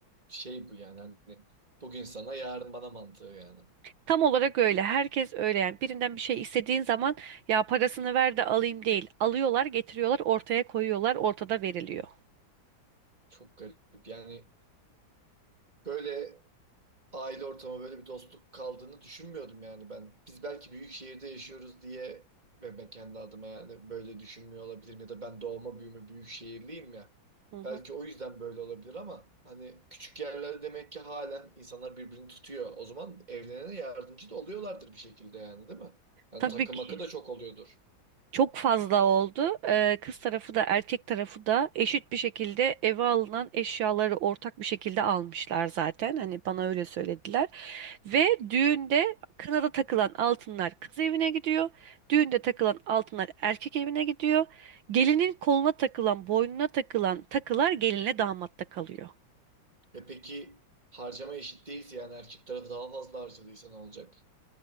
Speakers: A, on the right; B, on the right.
A: şey bu yani hani bugün sana yarın bana mantığı yani.
B: Tam olarak öyle. Herkes öyle yani. Birinden bir şey istediğin zaman ya parasını ver de alayım değil. Alıyorlar, getiriyorlar, ortaya koyuyorlar, ortada veriliyor.
A: Çok garip yani Böyle aile ortamı böyle bir dostluk kaldığını düşünmüyordum yani ben. Biz belki büyük şehirde yaşıyoruz diye ve ben kendi adıma yani böyle düşünmüyor olabilirim ya da ben doğma büyüme büyük şehirliyim ya.
B: Hı hı.
A: Belki o yüzden böyle olabilir ama hani küçük yerlerde demek ki halen insanlar birbirini tutuyor. O zaman evlenene yardımcı da oluyorlardır bir şekilde yani değil mi? Hani
B: Tabii
A: takı
B: ki.
A: makı da çok oluyordur.
B: Çok fazla oldu. Ee, kız tarafı da erkek tarafı da eşit bir şekilde eve alınan eşyaları ortak bir şekilde almışlar zaten. Hani bana öyle söylediler. Ve düğünde kınada takılan altınlar kız evine gidiyor. Düğünde takılan altınlar erkek evine gidiyor. Gelinin koluna takılan, boynuna takılan takılar gelinle damatta kalıyor.
A: E peki harcama eşit değilse yani erkek tarafı daha fazla harcadıysa ne olacak?